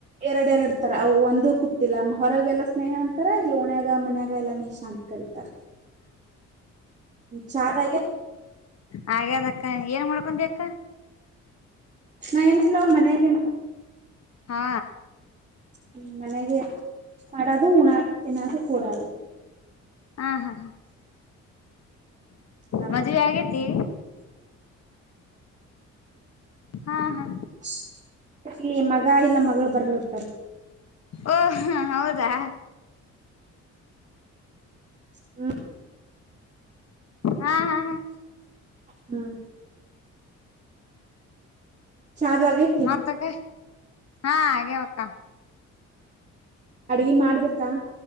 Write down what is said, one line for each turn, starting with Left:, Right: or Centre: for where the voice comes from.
Right: ಎರಡೆ ಎರಡ್ತಾರ ಅ ಒಂದು ಕೂತಿಿಲ್ಲ ಹೊರಗೆ ಎಲ್ಲಾ ಸ್ನೇಹ ಅಂತಾರ ಇಲ್ಲಿ ಉಣ್ಯಾಗ ಮನ್ಯಾಗ ಎಲ್ಲಾ ನಿಶಾ ಅಂತ ಕರತಾರೆ ಚಾಲ
Left: ಹಾಗೆ ಅದ ಅಕ್ಕ ಏನ್ ಮಾಡ್ಕೊಂತಿ ಅಕ್ಕ
Right: ನಾ ಏನಿಲ್ಲ ಮನೆಗೆ
Left: ಹಾ
Right: ಹೂ ಮನೆಗೆ ಮಾಡದು ಉಣ ತಿನ್ನೋದು ಕೂಡೋದು
Left: ಹಾ ಹಾ
Right: ನಮ್
Left: ಮದುವೆ ಆಗೇತಿ ಹಾ ಹಾ
Right: ಸ ಮಗ ಇಲ್ಲ ಮಗಳು ಬರ್ಲತಾರ
Left: ಓ ಹ ಹೌದಾ
Right: ಹೂ
Left: ಹಾ ಹಾ
Right: ಹೂ ಚಾದು ಆಗೇತಿ
Left: ಮತ್ತಕ್ಕೆ ಹಾ ಹಾಗೆವಕ್ಕ
Right: ಅಡ್ಗೆ ಮಾಡ್ಬೇಕಾ